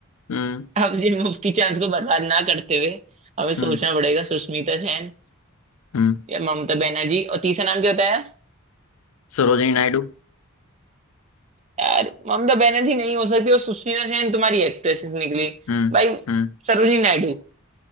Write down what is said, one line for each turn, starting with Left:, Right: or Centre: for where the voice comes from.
Left: हम्म
Right: अब ये मुफ्त की चांस को बर्बाद ना करते हुए हमें
Left: हम्म
Right: सोचना पड़ेगा सुष्मिता सेन
Left: हम्म
Right: या ममता बनर्जी और तीसरा नाम क्या होता है
Left: सरोजिनी नायडू
Right: यार ममता बनर्जी नहीं हो सकती और सुष्मिता सेन तुम्हारी एक्ट्रेस निकली
Left: हम्म
Right: भाई
Left: हम्म
Right: सरोजिनी नायडू